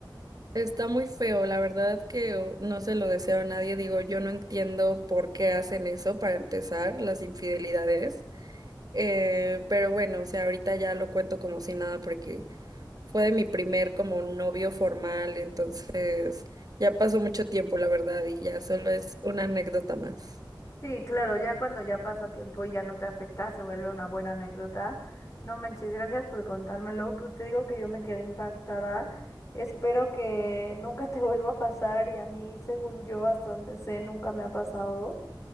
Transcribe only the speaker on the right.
Está muy feo, la verdad que oh, no se lo deseo a nadie. Digo, yo no entiendo por qué hacen eso para empezar, las infidelidades. Eh, pero bueno, o sea, ahorita ya lo cuento como si nada porque fue de mi primer como novio formal, entonces ya pasó mucho tiempo, la verdad, y ya solo es una anécdota más.